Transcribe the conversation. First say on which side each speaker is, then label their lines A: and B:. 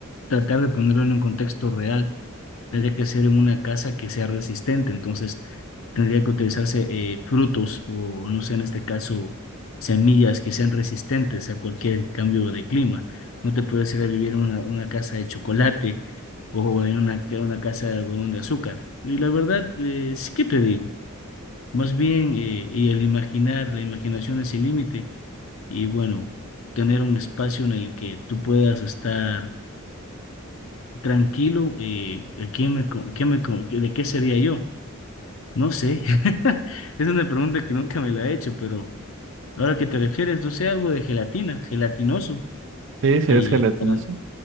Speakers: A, on the left; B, on the right.
A: tratar de ponerlo en un contexto real, tendría que ser en una casa que sea resistente, entonces tendría que utilizarse eh, frutos o, no sé, en este caso, semillas que sean resistentes a cualquier cambio de clima. No te puedes ir a vivir en una, una casa de chocolate o en una, ca- una casa de algodón de azúcar. Y la verdad, eh, sí que te digo, más bien, eh, y el imaginar, la imaginación es el límite y bueno, tener un espacio en el que tú puedas estar tranquilo. Eh, ¿quién me, co- quién me, co- ¿De qué sería yo? No sé. <laughs> Es una pregunta que nunca me la he hecho, pero ahora que te refieres, no sé, algo de gelatina, gelatinoso.
B: Sí, serías
A: Y
B: gelatinoso.
A: para,